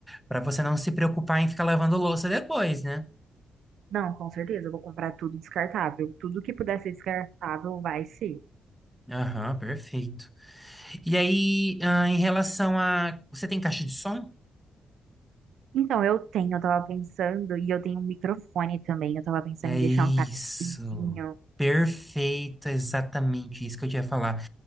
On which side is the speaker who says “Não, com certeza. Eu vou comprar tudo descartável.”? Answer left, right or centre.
Right